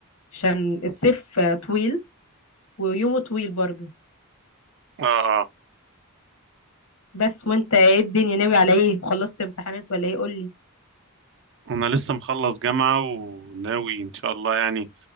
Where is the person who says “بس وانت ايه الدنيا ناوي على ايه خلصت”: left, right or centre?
Left